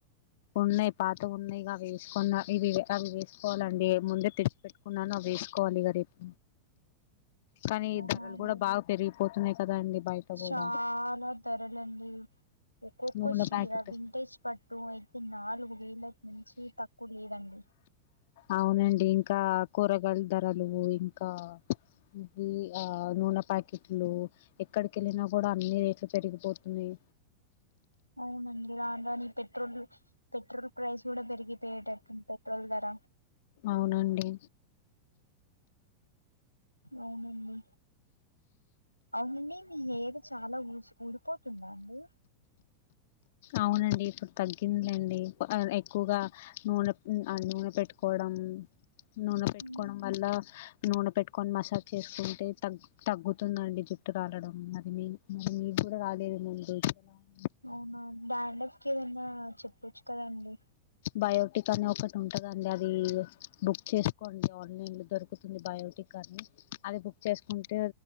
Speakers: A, on the left; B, on the left.
A: ఉన్నాయి పాతవ్ ఉన్నాయి అవే ఎస్ కున్న ఇవి అవి వేసుకోవాలండి ఏముంది తెచ్చి పెట్టుకున్నాను అవి వేసుకోవాలి ఇగ రేపు కానీ
B: అవునా
A: ధరలు
B: అండి
A: కూడా బాగా పెరిగిపోతున్నాయి కదా అండి బయట కూడా
B: చాలా ధరలండి ఒక్కొక్క
A: నూనె
B: చీరా
A: ప్యాకెట్
B: వింటేజ్ పట్టు అయితే నాలుగు వేల నుంచి తక్కు కులేదండి
A: అవునండి ఇంకా కూరగాయల ధరలు ఇంకా ఇది ఆ నూనె పా ప్యాకెట్లు ఎక్కడి కెళ్ళినా కూడా అన్నీ రేట్లు పెరిగిపోతున్నాయి
B: అవునండి రాను రాను ఈ పెట్రోలు పెట్రోల్ ప్రైస్ కుడా పెరిగిపోయేటట్టుంద్ పెట్రోల్ ధర
A: అవునండి
B: అవునండి అవుండి మీ హెయిర్ చాలా ఊస్ ఊడిపోతుందా అండి
A: అవునండి ఇప్పుడు తగ్గిందిలేండి, ప ఎక్కువగా నూనె ఆ నూనె పెట్టుకోవడం నూనె పెట్టుకోవడం
B: ఉమ్,
A: వల్లా నూనె పెట్టుకొని మసాజ్ చేసుకుంటే తగ్ తగ్గుతుందండి జుట్టు రాలడం మరి మీ మరి మీకు కూడా రాలేదీ ముందు ఇప్పుడెలా ఉంది
B: ఆహా డాన్డ్రఫ్ కి ఏదన్నా చెప్పొచ్చు కదండి
A: బయోటిక్ అనే ఒకటి ఉంటదండి అది బుక్ చేసుకోండి ఆన్లైన్లో దొరుకుతుంది బయోటిక్ అని అది బుక్ చేసుకుంటే